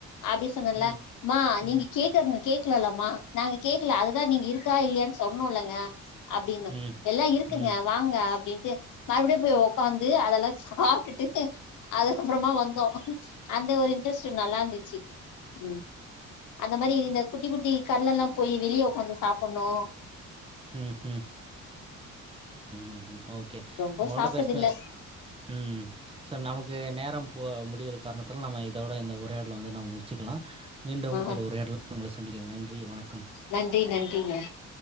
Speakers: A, on the left; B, on the right.
A: அப்டி சொன்னேன்ல
B: ம் ம்
A: ம்மா
B: ம்
A: நீங்க கேக் கனு கேக்கல இல்லம்மா நாங்க கேக்கல அதுதா நீங்க இருக்கா இல்லையான்னு சொல்லனுல்லங்க அப்டின்னோ
B: ம் ம்
A: எல்லா இருக்குங்க
B: ம்
A: வாங்க அப்டின்ட்டு மறுபடியு போய் உக்காந் து அதெல்லா சாப்ட்டுட்டு அதுக்கப்பறமா வந்தோ அந்த ஒரு இன்ட்ரெஸ் ட் நல்லா இருந்துச்சு ம் அந்த மாரி இந்த குட்டி குட்டி கடைலல்லா போய் வெளிய ஒக்காந்து சாப்ட்ணு
B: ம் ம் ம் ஓகே
A: ரொம்ப
B: ஒங்களோட
A: சாப்ட்டதில்ல
B: பேசுனது ம் ஸோ நமக்கு நேரம் போ முடியிற காரணத்தால நம்ம இதோட இந்த உரையாடல வந்து நம்ம முடிச்சிக்கலா மீண்டும்
A: ஆ
B: ஒரு உரையாடல்ல உங்கள சந்திக்கலா நன்றி வணக்கம்
A: நன்றி நன்றிங்க